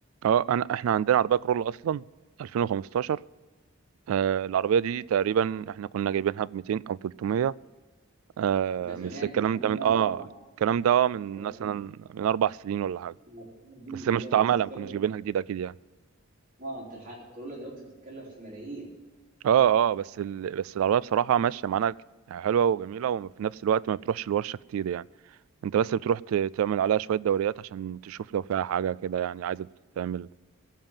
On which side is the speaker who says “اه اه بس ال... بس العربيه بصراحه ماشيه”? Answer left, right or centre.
Right